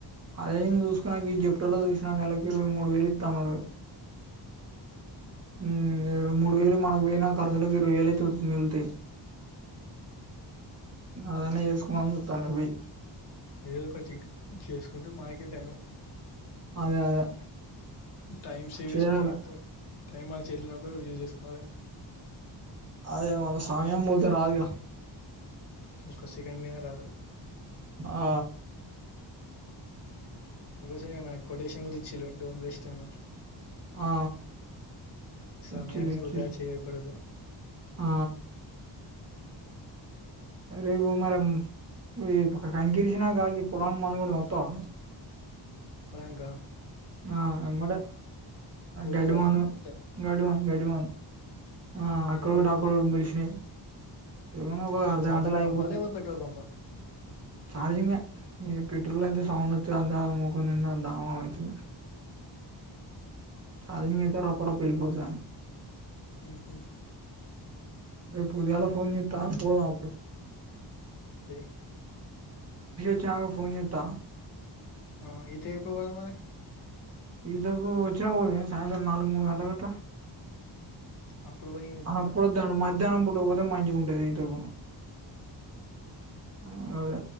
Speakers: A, on the right; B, on the left.
A: అదే నేన్ చూసుకున్న ఈ జప్టోలో చూసిన నెలకి ఇరవై మూడు వేలు ఇత్త అన్నరు ఊ ఏరు మూడు వేలు మనకు పోయినా ఖర్చులకు ఇరవ వేలయితే ఓడ్ మిళ్తయి
B: ఊ
A: అదన్న చేసుకుందాం అని చూతన్న ఒయ్
B: ఏదో ఒకటి చేసుకుంటే మనకే టైము
A: అదే అదే
B: టైం సేవ్
A: చేయాల
B: చేసుకొని ఏం జెతవ్ టైం మన చేతిలునప్పుడు యూజ్ చేసుకోవాలి
A: అదే మన సమయం పోతే రాదుగా
B: ఊ ఒక సెకండ్ పోయిన రాదు
A: ఆ
B: అందుకోసమే మన కొటేషన్ కూడా ఇచ్చింలు డోంట్ వేస్ట్ టైం అని
A: ఆ
B: సమయాన్ని
A: ఇచ్చిళ్ళు ఇచ్చిళ్ళు
B: ఉదా చేయకూడదు
A: ఆ అరేవో మరం ఈ పొక కంకి గిర్సినక పొలానికి మందు కొడదాం వస్తావా
B: పొలంక
A: ఆ ఎమటే
B: యూరియా
A: గడ్డి మందు
B: నా లేకపోతే
A: గడ్డి మందు గడ్డి మందు ఆ అక్కడోటి
B: ఓ
A: అక్కడోటి మొలిసినయ్ ఏముంది ఒక అర్ధ
B: ఛార్జింగ్
A: గంటల అయిపోతది
B: పంపా లేకపోతే పెట్రోల్ పంపా
A: చార్జింగ్ నీప్ పెట్రోల్ అయితే సౌండ్ వచి అంతా ముఖం నిండా దా అచ్చియ్ చార్జింగ్ అయితే రప రప వెళ్ళిపోతాదని
B: ఊహు
A: రేపు పొద్దుగాల ఫోన్ చేస్తా పోదామా అప్పుడు
B: ఆ చెయ్
A: చిన్నాక ఫోన్ చేస్తా
B: ఆ ఐతే ఎప్పుడు పోదాం మరి
A: ఈతకు వచ్చినాపుడే సాయంత్రం నాలుగు మూడు గంటల గట్ట్రా
B: అప్పుడు పోయి ఏం చేద్దాం
A: అప్పుడు
B: పా
A: ఒదండి మధ్యాహ్నం పూట పోతే మంచిగుంటది ఈతకు
B: ఆ
A: ఆ, అదే